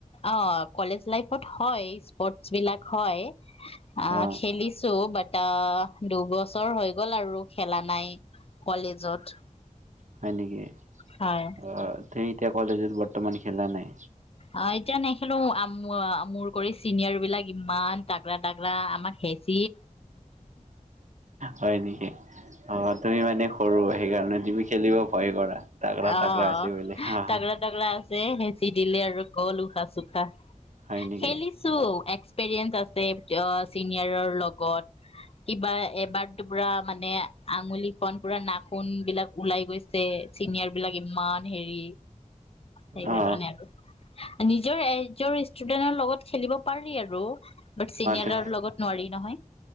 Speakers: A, on the left; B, on the right.
A: অঁ কলেজ লাইফত হয় স্পৰ্টচ বিলাক হয়। অঁ
B: অ
A: খেলিছো বাট এটা দুবছৰ হৈ গ'ল আৰু খেলা নাই কলেজত
B: হয় নেকি?
A: হয়।
B: অঁ তুমি এতিয়া কলেজত বৰ্তমান খেলা নাই
A: অঁ এতিয়া নেখিলো মোৰ কৰি চিনিয়ৰ বিলাক ইমান তাগৰা তাগৰা আমাক শেষ
B: হয় নেকি অঁ তুমি মানে সৰু সেইকাৰণে তুমি। খেলিব ভয় কৰা তাগৰা
A: অঁ
B: তাগৰা আছে বুলি হা
A: তাগৰা
B: হা
A: তাগৰা আছে সেই। চি দিলে আৰু গ'ল উশাহ চুশাহ।
B: হয় নেকি
A: খেলিছো এক। পেৰিএস্ত্ৰ চিনিয়ৰৰ লগত। কিবা এ এবাৰ পুৰা মানে আঙুলি খন পুৰা নাখুন বিলাক উলাই গৈছে। চিনিয়ৰ বিলাক ইমান হেৰি, সেই
B: অ
A: কাৰণে আৰু নিজৰ এজন ষ্টুডেন্টৰ লগত খেলিব পাৰি আৰু বাট চিনিয়ৰৰ
B: অ
A: লগত নোৱাৰি নহয়।